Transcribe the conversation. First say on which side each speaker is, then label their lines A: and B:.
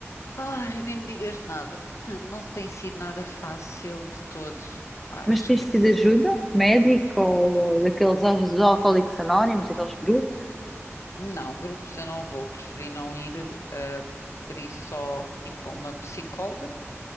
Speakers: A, on the left (about 75°); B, in the centre.
A: Ai, nem me digas nada, portanto, não tem sido nada fácil de todo. Pá,
B: Mas
A: esquece.
B: tens tido ajuda médica ou daqueles al- dos Alcoólicos Anónimos, aqueles grupos?
A: Não, grupos eu não vou, preferi não ir, ah, preferi só ir para uma psicóloga,